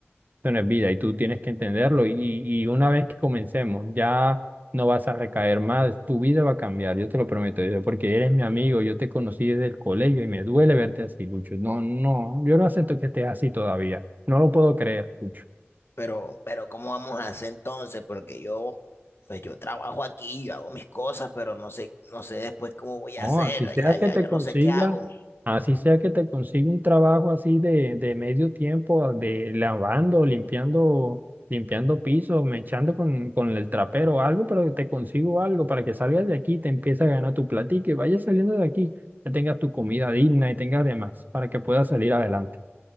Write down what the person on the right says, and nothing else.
Esto no es vida y tú tienes que entenderlo. Y, y una vez que comencemos, ya no vas a recaer más. Tu vida va a cambiar, yo te lo prometo. yo- Porque eres mi amigo. Yo te conocí desde el colegio y me duele verte así, Lucho. No, no, yo no acepto que estés así todavía. No lo puedo creer, Lucho.
No,
así sea
que
te
consiga,
así sea que te consiga un trabajo así de, de medio tiempo, de lavando, limpiando, limpiando pisos, echando con, con el trapero o algo, pero que te consigo algo para que salgas de aquí, te empieces a ganar tu platica y vayas saliendo de aquí, que tengas tu comida digna y tengas demás para que puedas salir adelante.